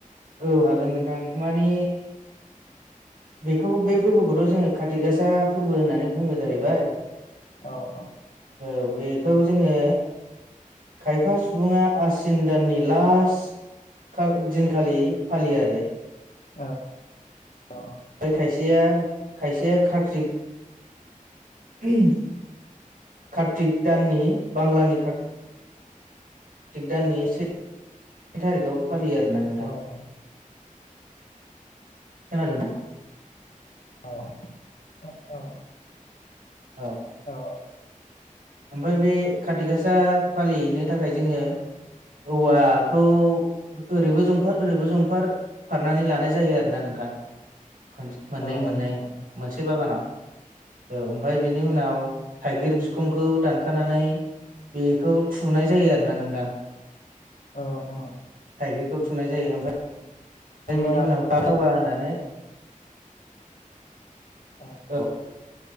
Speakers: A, on the right; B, on the left.
A: औ हागोन नोंथां मानि बेखौ बे फोरबोखौथ' जोङो काति गासा फोरबो होननानै बुंङो जाहैबाय
B: औ औ
A: औ बेखौ जोङो खायफा सुबुङा आसिन दाननि लास्ट खाग दिनखालि फालियो आरो
B: औ अ अ
A: ओमफ्राय खायसेया खायसेया कार्तिक ओइ कार्तिक दाननि बांलानि कारत तिक दाननि से थारिखआव फालियो आरोना नोंथां
B: औ औ
A: खोनादों नों
B: औ औ ओ औ
A: औ
B: औ
A: ओमफ्राय बे खाति गासा फालिहैनो थाखाय जोङो औवाखौ ओरैबो जंफार ओरैबो जंफार फारनानै लानाय जायो आरो ना नोंथां <unintelligible> मोननै
B: औ
A: मोननै
B: नोंथां
A: मोनसे बागानाव औ ओमफ्राय बेनि उनाव थाइगिर बिखुं खौ दानखानानै बेखौ थुनाय जायो आरोना नोंथां
B: औ नोंथां औ
A: थाइगिरखौ थुनाय जायो ओमफाय
B: होमबा
A: फाय बेनि उनाव <unintelligible> होनानै
B: अ
A: औ